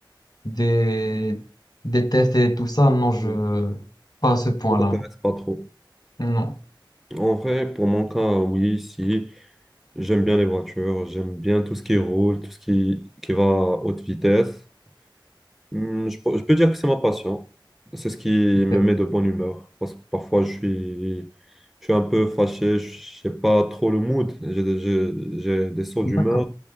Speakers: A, on the left; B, in the centre.
A: des, des tests et tout ça? Non, je,
B: Oui,
A: pas à ce point-là.
B: ça t'intéresse pas trop.
A: Non.
B: En vrai, pour mon cas, oui, si. J'aime bien les voitures, j'aime bien tout ce qui roule, tout ce qui, qui va à haute vitesse. Hum, Je, peux je peux dire que c'est ma passion. C'est ce qui me
A: Ok.
B: met de bonne humeur. Parce que parfois, je suis, je suis un peu fâché, je n'ai pas trop le mood. J'ai des j'ai- j'ai des sauts d'humeur.
A: D'accord.